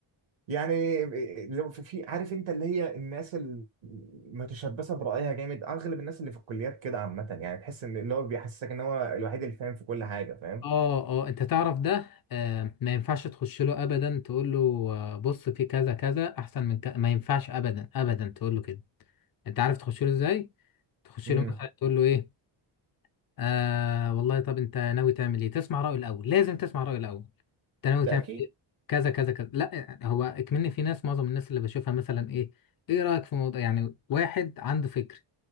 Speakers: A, on the right; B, on the left.
A: يعني لو في في- عارف انت اللي هي الناس المتشبثه برأيها جامد اغلب الناس اللي في الكليات كده عامه يعني تحس ان اللي هو بيحسسك ان هو الوحيد اللي فاهم في كل حاجه فاهم
B: اه اه انت تعرف ده آه ما ينفعش تخش له ابدا تقول له آه، بص في كذا كذا احسن من كذا ما ينفعش ابدا ابدا تقول له كده انت عارف تخش له ازاي تخش
A: امم
B: له مثلا تقول له ايه آه والله طب انت ناوي تعمل ايه تسمع رأيه الاول لازم تسمع رأيه الاول انت ناوي
A: ده
B: تعمل
A: اكيد
B: ايه كذا كذا كذا لا يعني هو اكمني في ناس معظم الناس اللي بشوفها مثلا ايه ايه رأيك في موضوع يعني واحد عنده فكر